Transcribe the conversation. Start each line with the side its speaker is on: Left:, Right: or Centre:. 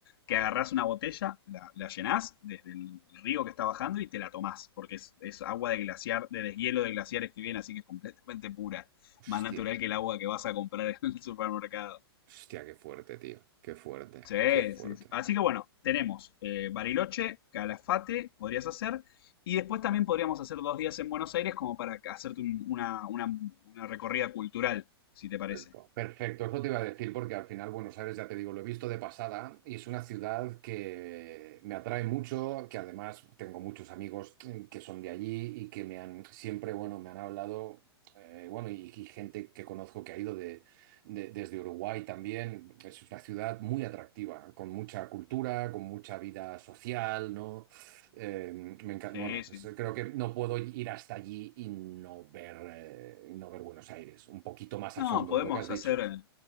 Left: Que agarrás una botella, la, la llenás desde el río que está bajando y te la tomás, porque es, es agua de glaciar, de deshielo de glaciares que viene, así que es completamente pura,
Right: Hostia,
Left: más natural que el agua que vas a comprar en el <laughs> supermercado.
Right: hostia, qué fuerte, tío. Qué fuerte,
Left: Sí,
Right: qué fuerte.
Left: sí, sí. Así que bueno, tenemos eh, Bariloche, Calafate, podrías hacer. Y después también podríamos hacer dos días en Buenos Aires como para hacerte un- una, una- una recorrida cultural, si te parece.
Right: Perfecto, perfecto, eso te iba a decir porque al final Buenos Aires, ya te digo, lo he visto de pasada y es una ciudad que me atrae mucho, que además tengo muchos amigos eh, que son de allí y que me han siempre, bueno, me han hablado, eh, bueno, y, y gente que conozco que ha ido de, de- desde Uruguay también. Es una ciudad muy atractiva, con mucha cultura, con mucha vida social, ¿no? Eh, me encanta,
Left: Sí,
Right: bueno,
Left: sí.
Right: es- creo que no puedo ir hasta allí y no ver, eh, y no ver Buenos Aires, un poquito más
Left: No,
Right: a fondo,
Left: podemos
Right: lo que has dicho.
Left: hacer, eh,